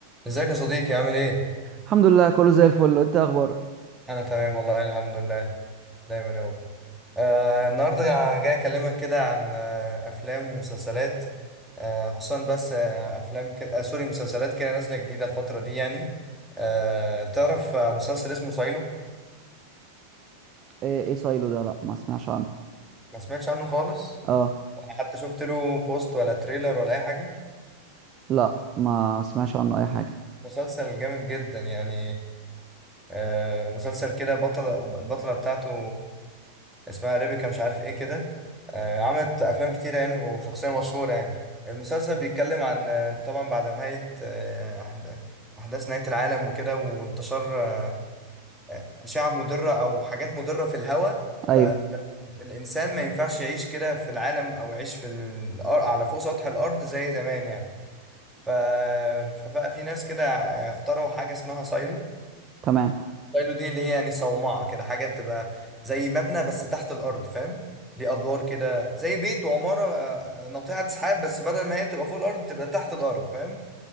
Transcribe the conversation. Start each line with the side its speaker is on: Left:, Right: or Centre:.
Centre: ازيك يا صديقي عامل ايه؟
Right: الحمد لله كله زي الفل انت ايه اخبارك
Centre: انا تمام والله الحمد لله دايما يا رب آه النهارده جاي اكلمك كده عن آه افلام ومسلسلات آه خصوصا بس آه افلام ك... آه سوري مسلسلات كده نازله جديده الفتره دي يعني آه تعرف آه مسلسل اسمه سايلو
Right: ايه ايه سايلو ده لا ما اسمعش عنه
Centre: ما سمعتش عنه خالص
Right: اه
Centre: ولا حتى شفت له بوست ولا تريلر ولا اي حاجه
Right: لا ما اسمعش عنه اي حاجه
Centre: مسلسل جامد جدا يعني آه، مسلسل كده بطلة البطلة بتاعته اسمها ريبيكا مش عارف ايه كده آه، عملت أفلام كتيرة يعني وشخصية مشهورة يعني المسلسل بيتكلم عن آه، طبعا بعد نهاية آه، أحد- أحداث نهاية العالم وكده وانتشار آه، أشعة مضرة أو حاجات مضرة في الهواء
Right: ايوه
Centre: فالإنسان ما ينفعش يعيش كده في العالم أو يعيش في الأرض على فوق سطح الأرض زي زمان يعني ف... فبقى في ناس كده اخترعوا حاجة اسمها سايلو
Right: تمام
Centre: شايلو دي اللي هي يعني صومعة كده حاجة بتبقى زي مبنى بس تحت الأرض فاهم ليه أدوار كده زي بيت وعمارة آه، ناطحة سحاب بس بدل ما هي تبقى فوق الأرض تبقى تحت الأرض فاهم